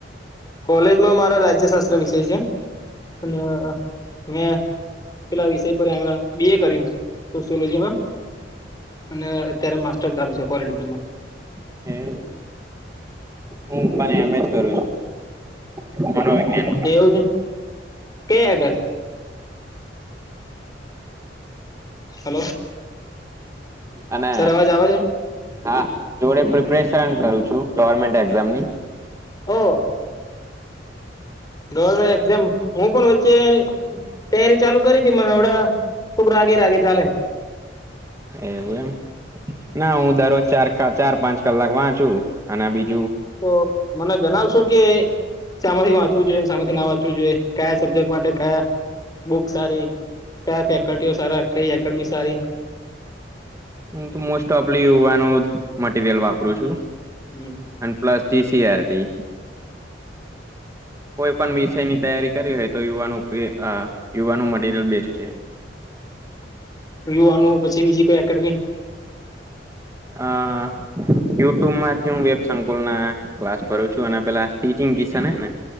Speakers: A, on the left; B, on the right.
A: કોલેજમાં મારા રાજ્ય શાસ્ત્ર વિષય છે. અને મે પેલા વિષય પર બી એ કર્યું, સોસયોલોજી માં, અને અત્યારે માસ્ટર ચાલુ છે પોલીટીકલ માં.
B: <unintelligible> એમ હું પણ એમ જ કરું છું. મનોવિજ્ઞાન પર.
A: કેવું છે? કે અગર હલો!
B: <inaudible> અને
A: સર અવાજ આવે છે
B: હા, જોડે પ્રિપરેશ શન કરું છૂ. ગવર્મેન્ટ એક્ઝામની.
A: હો, ગવર્મેન્ટ એકઝામ હું પણ તે તૈયારી ચાલુ કરી હતી મને આવડા રાગે રાગે ચાલે.
B: એવું એમ ના હું દરરોજ ચાર કા ચાર પાંચ કલાક વાંચુ, અને બી
A: તો મને જણાવશ શું કેય? શા માંથી વાંચવું જોઈએ? ને શા માંથી ના વાંચ વું જોઈએ? કયા સબ્જેક્ટ માટે કયા? બુક સારી, કયા ફેકલ્ટીઓ સારા? કઈ એકડમી સારી?
B: હું તો મોસ્ટ ઓફલી યુવાનો માટે <unintelligible> વાપરું કરુ છું.
A: હમ
B: એન પ્લેસ ટી. સી. આર. ટી. કોઈ પણ વિષય ની તૈયારી કરી હોય તો યુવાનું અઅ યુવાનું મટીરિયલ બેસ્ટ છે.
A: યુવા નું પછી બીજી કોઈ એક કડવી
B: અ અ યુટ્યુબ માંથી હું વેબ સંકુલ ના ક્લાસ ભરું છું. અને પેલા સ્ટીચિંગ કિશન હેને